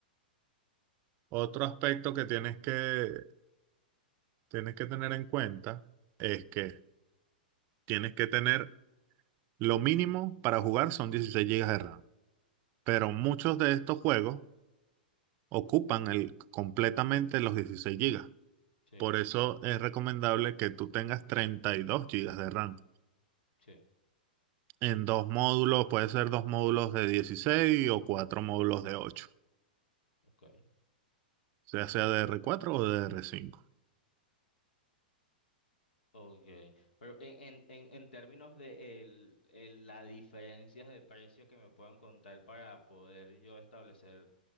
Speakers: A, on the right; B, on the left.
A: Otro aspecto que tienes que, tienes que tener en cuenta es que tienes que tener lo mínimo para jugar son 16 gigas de RAM, pero muchos de estos juegos ocupan el, completamente los dieciséis gigas,
B: sí,
A: Por eso es recomendable que tú tengas 32 gigas de RAM.
B: sí,
A: En dos módulos, puede ser dos módulos de 16 o cuatro módulos de 8.
B: okay,
A: ya sea dr cuatro o dr cinco.
B: Okay, pero en, en, en en términos de el, el- la diferencias de precio que me puedan contar para poder yo establecer